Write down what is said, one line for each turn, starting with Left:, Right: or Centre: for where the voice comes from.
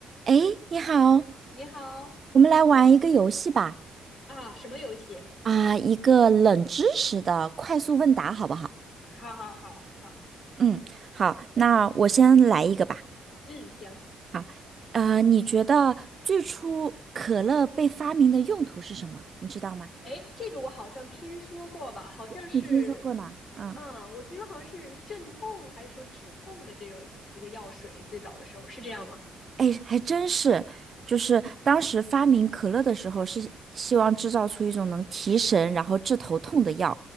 Right: 哎，你好，
Left: 你好
Right: 我们来玩一个游戏吧。
Left: 啊，什么游戏？
Right: 啊，一个冷知识的快速问答，好不好？
Left: 好好好好，
Right: 嗯，好，那我先来一个吧。
Left: 嗯，行。
Right: 好，呃，你觉得最初可乐被发明的用途是什么？你知道吗？
Left: 哎，这个我好像听说过吧？好像是，
Right: 你听说过呢？嗯，
Left: 啊，我听说好像是镇痛还是说止痛的这种一个药水，最早的时候是这样吗？
Right: 哎，还真是，就是当时发明可乐的时候，是希望制造出一种能提神然后治头痛的药，